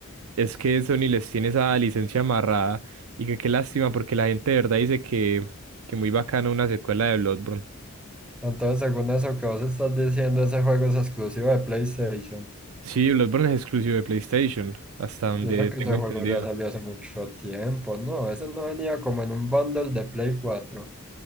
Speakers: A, on the right; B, in the centre.
A: es que Sony les tiene esa licencia amarrada y que qué lástima porque la gente de verdad dice que, que muy bacana una secuela de Bloodborne.
B: Entonces, según eso que vos estás diciendo, ese juego es exclusivo de PlayStation.
A: Sí, Bloodborne es exclusivo de PlayStation, hasta donde
B: Y eso que
A: tengo
B: ese juego
A: entendido.
B: ya salió hace mucho tiempo, ¿no? Ese no venía como en un bundle de Play 4.